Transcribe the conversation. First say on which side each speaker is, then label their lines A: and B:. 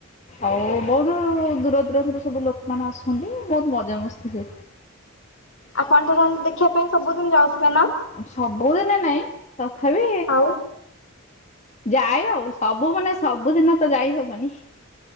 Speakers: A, on the left; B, on the left.
A: ଆଉ ବହୁତୁ ଦୂର ଦୂରନ୍ତରୁ ସବୁ ଲୋକମାନେ ଆସନ୍ତି। ବହୁତ ମଜା ମସ୍ତି ହୁଏ।
B: ଆପଣ ତ ତାହେଲେ ଦେଖିବା ପାଇଁ ସବୁଦିନ ଯାଉଥିବେ ନା?
A: ସବୁଦିନେ ନାଇଁ। ତଥାପି
B: ଆଉ
A: ଯାଏ ଆଉ ସବୁ ମାନେ ସବୁଦିନ ତ ଯାଇ ହବନି।